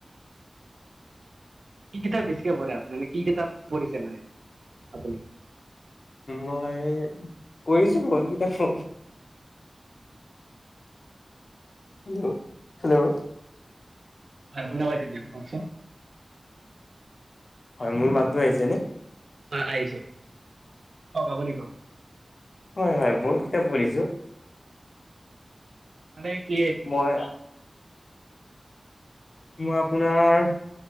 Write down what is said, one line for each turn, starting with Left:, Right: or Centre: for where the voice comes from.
Right: কি কিতাপ বেছিকে পঢ়ে আপুনি? মানে কি কিতাপ পঢ়িছে মানে আপুনি?
Left: মই কৰিছোঁ ভুল কিতাপখন হেল্ল' হেল্ল'।
Right: <unintelligible> হয় শুনোৱাই <unintelligible>
Left: হয় মোৰ মাতটো আহিছে নে?
Right: অহ আহিছে কওঁক আপুনি কওঁক।
Left: হয় হয় বহুত কিতাপ পঢ়িছো।
Right: মানে কি এই
Left: মই <unintelligible> মই আপোনাৰ